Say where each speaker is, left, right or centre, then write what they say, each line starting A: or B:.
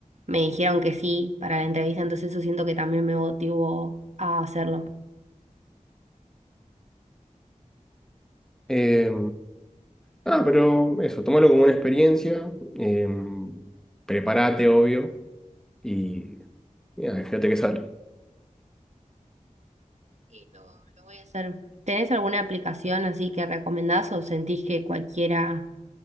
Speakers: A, on the right (about 55°); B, in the centre.
A: me dijeron que sí para la entrevista, entonces eso siento que también me motivó a hacerlo.
B: Eh, ah, pero eso, tomalo como una experiencia, eh, prepárate, obvio, y mira, fíjate qué sale.
A: Sí, lo, lo voy a hacer. ¿Tenés alguna aplicación así que recomendás o sentís que cualquiera